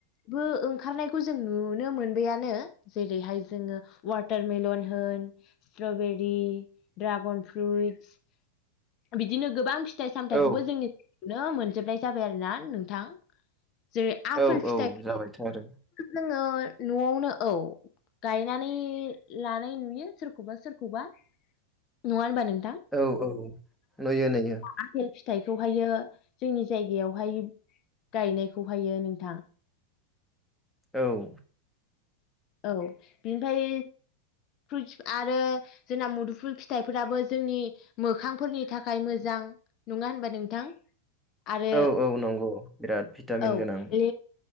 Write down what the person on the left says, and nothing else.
बो ओंखारनायखौ जों नुनो मोनबाययानो जेरैहाय जोङो वाटारमेलन होन स्ट्रबेरि दड्रागन फ्रुइटस बिदिनो गोबां फि फिथाइ सामथायाइखौबो
जोंनिायावनो मोनजोबनाय जाबाय आरो ना नोंथां जेरै आफेल
फिथाइ
जोङो न'आवनो औ गायनानै लानाय नुयो सोरखौबा सोरखौबा नङा होनबा नोंथां
आफपेल फिथाइखौहायो जोंनि जायगायावहाय गायनायखौहायो नोंथां
औ बेनिफ्राय फ्रुइस आरो जोंना मुदुफुल फिथाइफोराबो जोंनि मोखांफोरनि थाखाय मोजां। नङा होनबा नोंथां? आरो
औ
ल